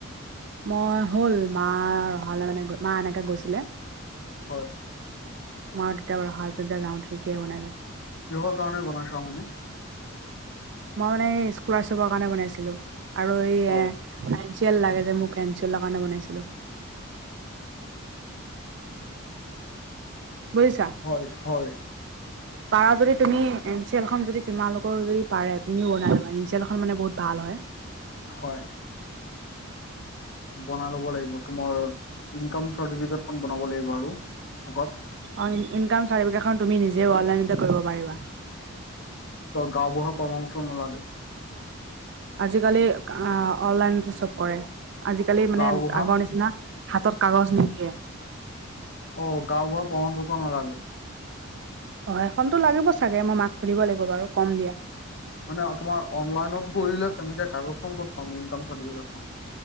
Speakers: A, on the right (about 55°); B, on the left (about 55°).
A: মই হ'ল মা ৰহালৈ মানে মা এনেকে গৈছিলে।
B: হয়।
A: মই তেতিয়া বাৰু হল তেতিয়া যাওঁতে কে বনালে।
B: কিহৰ কাৰণে বনাইছাওঁ মানে?
A: মই মানে এই স্কলাৰশ্বিপৰ কাৰণে বনাইছিলো, আৰু এই
B: হয়
A: এ এনেল লাগে যে মোক, এনচেলৰ কাৰণে বনাইছিলো। বুজিছা।
B: হয়, হয়।
A: পাৰা যদি তুমি এনচি এেল খখন যদি তোমালোকৰ যদি পাৰে তুমিও বনাই লবা এনচি এলখন মানে বহুত ভাল হয়।
B: হয়। বনাই লব লাগিব, তোমাৰ ইনকাম চাৰ্টিফিকেট খ বনাব লাগিব, আৰু আগত
A: অ ইনকাম চাৰ্টিফিকেটখন তুমি নিজে অনলাইনতে কৰিব পাৰিবা
B: গাওবুঢ়া পৰামৰ্শ নালাগে
A: আজিকালি আহ অনলাইনতে চব কৰে আজিকালি মানে
B: গাঁওবুঢ়া
A: আগৰ নিচিনা হাতৰ কাগজ নিদিয়ে
B: অ গাও বু়া পৰণ পত নালাগে
A: অ সেইখনতো লাগিব চাগে মই মাক খুলিব লাগিব বাৰু কম দিয়া
B: মানে তোমাৰ অনলাইনত কৰিলে তেনেকে কাগজখন ক'ত কম ইনকাম থ দে